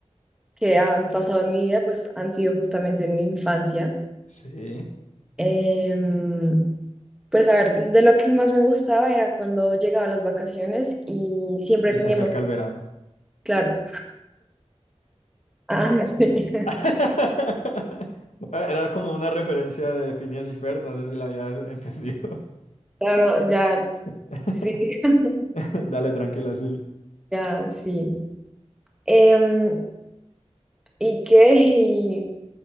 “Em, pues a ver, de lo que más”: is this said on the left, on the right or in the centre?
Centre